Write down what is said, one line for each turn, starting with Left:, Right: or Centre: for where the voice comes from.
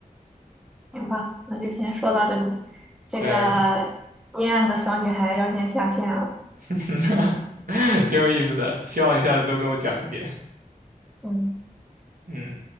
Centre: 行吧，那就先说到这里，这个阴暗的小女孩要先下线了。
Right: 对，<laughs> 挺有意思的，希望你下次都给我讲一点。
Centre: 嗯。
Right: 嗯。